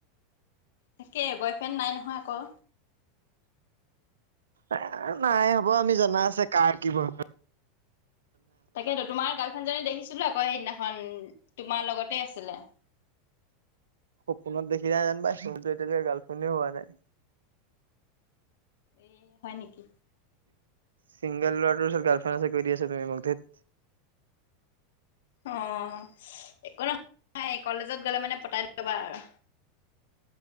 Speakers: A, on the left; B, on the right.
A: তাকে বয়ফ্ৰেণ্ড নাই নহয় আকৌ
B: এ নাই হ'ব আমি জনা আছে কাৰ কি বৰ
A: তাকেতো তোমাৰ গাৰ্লফ্ৰেণ্ডজনী দেখিছিলো আকৌ সেইদিনা হয় তোমাৰ লগতে আছিলে
B: সপোনত দেখিলে যেন পাইছো মোাটো এতিয়ালৈকে গাৰ্লফ্ৰেণ্ডেই হোৱা নাই
A: এ হয় নেকি
B: চিংগল ল'ৰাটোৰ গাৰ্লফ্ৰেণ্ড আছে কৈ দিয়া আছা তুমি মোক ধেৎ
A: অঁ, একো নহয় একো নাই কলেজত গ'লে মানে পতাই ল'বা আৰু।